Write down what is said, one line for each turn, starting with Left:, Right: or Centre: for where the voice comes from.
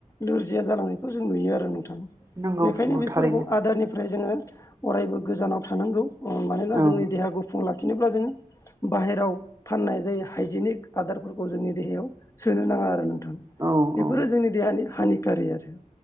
Left: लोरजिया जालांनायखौ जों नुयो आरो नोंथां।
Right: नंगौ
Left: बेखायनो
Right: नंगौ
Left: बेफोर
Right: थारैनो
Left: आदारनिफ्राय जोङो अरायबो गोजानाव थानांगौ ओ मानोना
Right: औ
Left: जोंनि देहा गुफुं लाखिनोब्ला जोङो बाहेराव फाननाय जाय हाइजेनिक आदारफोरखौ जोंनि देहायाव सोनो नाङा आरो नों थां
Right: औ
Left: बेफोरो
Right: औ
Left: जोंनि देहानि हानिकारि आरो।